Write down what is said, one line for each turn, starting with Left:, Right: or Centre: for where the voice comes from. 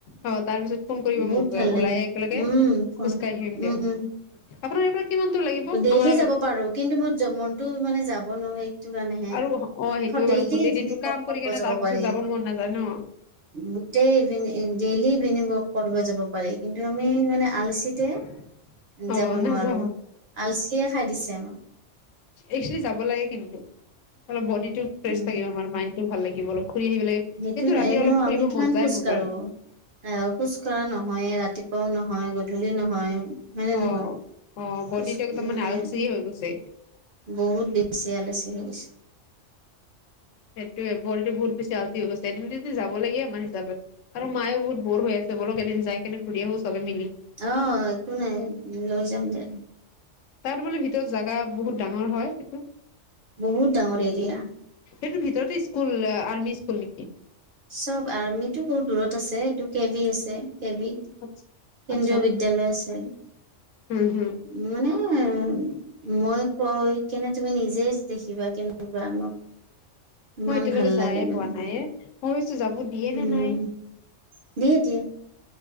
Left: অ', তাৰ পিছত ফোন কৰিবা
Right: বহুত
Left: মোক
Right: ভাল
Left: ওলাই
Right: লাগে উম
Left: একেলগে
Right: ফোৱা
Left: খোজকাঢ়ি
Right: উম
Left: আহিম দিয়ক,
Right: উম
Left: আপোনাৰ ইয়াৰ পৰা কিমান দূৰ লাগিব
Right: ডেইলি
Left: আমাৰ
Right: যাব পাৰো কিন্তু মই <unintelligible> যাব নোৱাৰ এইটো কাৰণেহে
Left: আৰু অ', সেইটোও
Right: ডেইলি
Left: বাৰু গোটেই
Right: ইভিনিং
Left: দিনটো কাম
Right: ৱাক
Left: কৰি
Right: কৰিব
Left: কেনে
Right: যাব
Left: তাৰ পিছত
Right: পাৰি
Left: মন নাযায় ন'।
Right: গোটেই ইভিনং ডেইলি ইভিনিং ৱাক কৰিব যাব পাৰি কিন্তু আমি মানে আলচিজে
Left: <unintelligible> অ',
Right: যাব নোৱাৰো
Left: নাযাওঁ
Right: আলচিয়ে খাই দিছে আমাক
Left: একেল যাব লাগে কিন্তু অলপ বডিটো ফ্ৰেছ
Right: উম
Left: থাকিব আমাৰ মাইণ্ডটো ভাল লাগিব অলপ ঘূৰি আহিব লাগে।
Right: সেইটো
Left: কিন্তু ৰাতি
Right: এনেও
Left: অলপ ফুৰিব
Right: আমি কিমান
Left: মন যায়
Right: খোজ
Left: মোৰ
Right: কঢ়ো
Left: বাৰু
Right: আহ খোজ কঢ়া নহয় ৰাতিপুৱাও নহয় গধূলি নহয় হয়নে
Left: উম
Right: নহয়
Left: উম বডিটো
Right: খোজ
Left: একদমে
Right: মানে
Left: আলচি হৈ গৈছে
Right: বহুত দিখছে আলিছি হৈ গৈছে
Left: সেইটোয়ে ভৰিটো বহুত বেছি আলচী হৈ গৈছে এদিন দুদিন যাব লাগে আমাৰ হিচাপত আৰু মায়েও বহুত বৰ হৈ আছে বলক এদিন যাই কেনি ঘূৰি আহো চবে মিলি
Right: আহ একো নাই লৈ যাম দে
Left: তাত বোলে ভিতৰত জাগা বহুত ডাঙৰ হয় সেইটো
Right: বহুত ডাঙৰ এৰিয়া
Left: সেইটোৰ ভিতৰতে স্কুল আৰ্মি স্কুল নেকি
Right: চব আৰ্মিতটো বহুত দূৰত আছে এইটো কে ভ আছে কেবি কেন্দ্ৰীয়
Left: আচ্ছা আচ্ছা
Right: বিদ্যালয় আছে
Left: উম হম
Right: মানে মই গয় কেনে তুমি নিজে দেখিবা কেনে মাক
Left: মই
Right: ইমান
Left: এতিয়ালৈকে
Right: ভাল
Left: যায়ে
Right: লাগে মানে
Left: পোৱা নাই এ মই ভাবিছো যাব দিয়ে
Right: উম
Left: নে নাই
Right: দিয় দিয়ে